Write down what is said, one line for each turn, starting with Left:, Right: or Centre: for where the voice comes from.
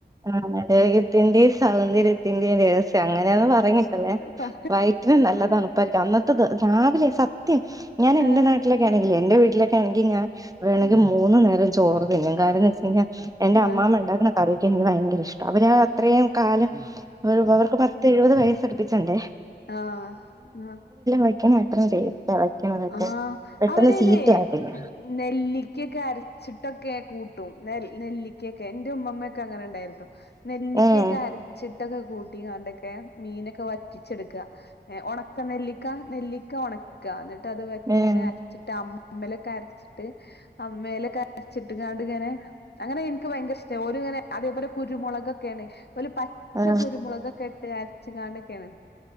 Right: ആരോഗ്യത്തിന്റെയും, സൗന്ദര്യത്തിന്റെയും രഹസ്യം അങ്ങനെയന്ന്
Left: ഒക്കെ
Right: പറഞ്ഞിട്ടല്ലേ
Left: പ-
Right: വയറ്റിനും നല്ല തണുപ്പായിരിക്കും അന്നത്തെ ദി രാവിലെ സത്യ ത്യം ഞാൻ എന്റെ
Left: ആ
Right: നാട്ടിലെക്കെ ആണെങ്കിലേ എന്റെ വീട്ട ല്ലക്കെഴങ്ങ് ഈ ഞാൻ വേണങ്കി
Left: ഉം
Right: മൂന്നു നേരം ചോറ് പിന്നേ കാരണം ന്ന്ച്ചഴിഞ്ഞാ എന്റെ
Left: ആ
Right: അമ്മാമ ണ്ടാക്ക്ണ കറി എനി <unintelligible> ഭയങ്കര ഇഷ് അവര് അത്രയുംകാലം അവര് അവർക്ക് പത്ത്എഴുപത് വയസ് പഠിപ്പിച്ചണ്ടേ
Left: ആ ആ
Right: വെക്കണ അത്രയും ടേസ്റ്റാ വെക്കണതൊക്കെ
Left: ആ
Right: പെട്ടെന്ന്
Left: അവരയ്‌നേ
Right: ചീത്തയാവത്തില്ല
Left: നെല്ലിക്കക്കെ അരച്ച് ട്ടൊക്കെ കൂട്ടും നെ നെല്ലിക്കക്കെ ന്റെ ഉമ്മമ്മെ കങ്ങനണ്ടായിര് നെല്ലിക്കക്കെ
Right: ഏഹ്
Left: അരച്ചിട്ടൊക്കെ കൂട്ടീനന്നൊക്കെ മീനൊക്കെ ക്കെ വറ്റി ക്ക ഏ ഒണക്ക നെല്ലി ക്ക നെല്ലിക്ക ഒണക്ക ഇന്ന് ട്ട ത് വറ്റ്
Right: ഏഹ്
Left: ങ്ങനെ അരച്ചിട്ട് അമ്മി അമ്മേലൊക്കെ അരച്ചിട്ട് അമ്മേലൊക്കെ അരച്ചിട്ട്ങ്ങാണ്ട്ങ്ങനെ അങ്ങനെ ന്ക്ക്ഭയങ്കരിഷ്ട ഓല്ങ്ങനെ അതേപോലെ കുരുമൊളകൊക്കേണ് ഓല് പച്ച
Right: ആ
Left: കുരുമൊളകൊക്കെട്ട് അര ചങ്ങാണ്ടക്കേണ്